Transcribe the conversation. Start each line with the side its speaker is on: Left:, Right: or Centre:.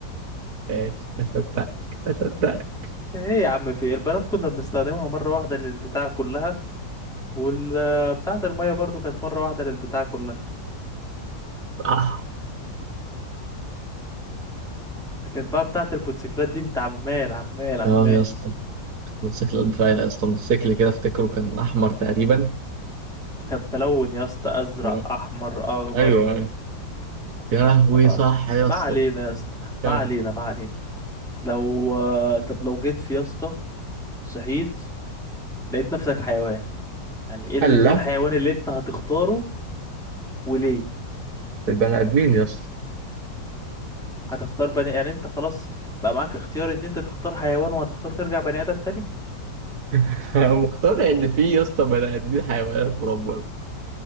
Right: ايش ما صدقتك ما صدقتك
Centre: ايه يا عم في إيه؟ البنات كنا بنستخدمها مرة واحدة للبتاعة كلها والبتاعة المية برضو كانت مرة واحدة للبتاعة كلها
Right: صح
Centre: لكن بقى بتاعة الموتوسيكلات دي انت عمال عمال عمال
Right: اه يا اسطى الموتوسيكلات
Centre: مم.
Right: رايقة يا اسطى الموتوسيكل كده افتكره كان احمر تقريبا
Centre: كانت ملون يا اسطى ازرق
Right: تمام.
Centre: احمر اخضر
Right: ايوه ايوه يا لهوي
Centre: آه.
Right: صح يا
Centre: ما
Right: اسطى
Centre: علينا يا اسطى
Right: كم
Centre: ما علينا ما علينا لو آه، طب لو جيت في يا اسطى صحيت لقيت نفسك حيوان يعني ايه ال-
Right: هلا
Centre: إيه الحيوان اللي انت هتختاره وليه
Right: البني ادمين يا اسطى
Centre: هتختار بني يعني انت خلاص بقى معاك اختيار ان انت تختار حيوان وهتختار ترجع بني ادم تاني
Right: <laughs> مقتنع ان في يا اسطى بني ادمين حيوانات مربى